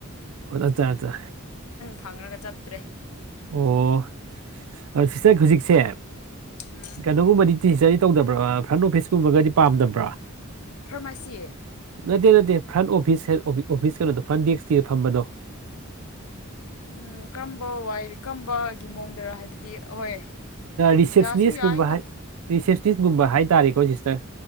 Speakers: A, on the right; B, on the left.
A: ꯍꯣꯠ ꯑꯠꯆꯥ ꯑꯆꯥ
B: ꯐꯪꯔꯒ ꯆꯠꯇ꯭ꯔꯦ
A: ꯑꯣ ꯑ ꯁꯤꯁꯇꯔ ꯍꯨꯖꯤꯛꯁꯦ
B: ꯎꯝ
A: ꯀꯅꯣꯒꯨꯝꯕꯗꯤ <unintelligible> ꯇꯧꯗꯕ꯭ꯔꯥ ꯐ꯭ꯔꯟ ꯑꯣꯐꯤꯁꯀꯨꯝꯕꯒꯗꯤ ꯄꯥꯝꯗꯕ꯭ꯔꯥ
B: ꯐꯔꯃꯥꯁꯤ
A: ꯅꯠꯇꯦ ꯅꯠꯇꯦ ꯐ꯭ꯔꯟ ꯑꯣꯐꯤꯁ ꯑꯣꯐꯤꯁ ꯀꯩꯅꯣꯗꯣ ꯐ꯭ꯔꯟ ꯗꯦꯛꯁꯀꯤ ꯐꯝꯕꯗꯣ
B: ꯎꯝ ꯀꯔꯝꯕ ꯋꯥꯏ ꯀꯔꯝꯕꯒꯤ ꯃꯑꯣꯡꯗꯔ ꯍꯥꯏꯕꯗꯤ ꯍꯣꯏ
A: ꯔꯤꯁꯦꯞꯁꯅꯤꯁꯀꯨꯝꯕ
B: ꯌꯥꯁꯨ ꯌꯥꯏꯗ
A: ꯍꯥꯏ ꯔꯤꯁꯦꯞꯁꯅꯤꯁꯀꯨꯝꯕ ꯍꯥꯏꯇꯥꯔꯦꯀꯣ ꯁꯤꯁꯇꯔ